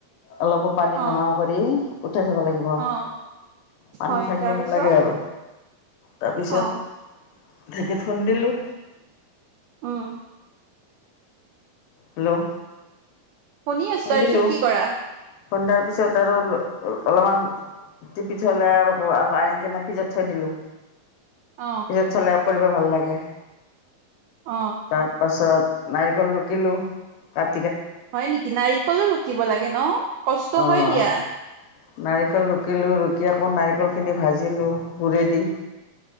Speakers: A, on the left (about 75°); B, on the right (about 85°).
A: অলপো পানী
B: অ
A: নোহোৱা কৰি উঠাই থব লাগিব।
B: অ
A: পানী
B: হয়
A: থাকিব
B: তাৰপিছত
A: নালাগে আৰু। তাৰপিছত
B: অ
A: ঢেঁকীত খুন্দিলোঁ।
B: উম।
A: হেল্ল',
B: শুনি আছোঁ।
A: খুন্দিলোঁ
B: তাৰ পিছত কি কৰা?
A: খুন্দাৰ পিছত আৰু অ অলপমান তিপিঠলে আৰু আনি কেনে ফিজত থৈ দিলো।
B: অ
A: ফিজত থলে কৰিব ভাল লাগে।
B: অ
A: তাৰ পাছত নাৰিকল ৰুকিলো কাট
B: হয় নেকি? নাৰিকলো ৰুকিব লাগে ন, কষ্ট
A: অ'
B: হয় দিয়া।
A: নাৰিকল ৰুকিলোঁ, ৰুকি আকৌ নাৰিকলখিনি ভাজিলোঁ গুৰেদি।